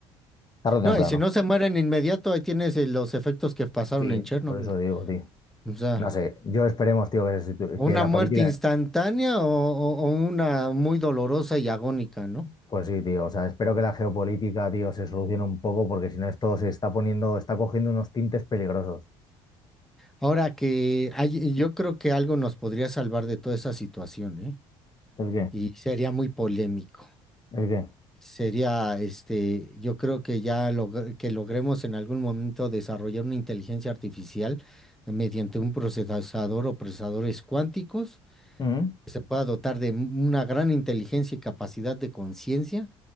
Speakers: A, on the left; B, in the centre.
A: tarde o temprano.
B: No, y si no se mueren inmediato, ahí tienes eh, los efectos que pasaron
A: Sí,
B: en Chernobyl.
A: por eso digo, tío.
B: O sea,
A: No sé, yo esperemos, tío, que, se situ-
B: una
A: que la
B: muerte
A: política,
B: instantánea o, o- o una muy dolorosa y agónica, ¿no?
A: pues sí, tío, o sea, espero que la geopolítica, tío, se solucione un poco, porque si no esto se está poniendo, está cogiendo unos tintes peligrosos.
B: Ahora que hay- yo creo que algo nos podría salvar de toda esa situación, ¿eh?
A: ¿El qué?
B: Y sería muy polémico.
A: ¿El qué?
B: Sería, este, yo creo que ya logr- que logremos en algún momento desarrollar una inteligencia artificial mediante un procesador o procesadores cuánticos
A: Mm.
B: que se pueda dotar de m- una gran inteligencia y capacidad de conciencia,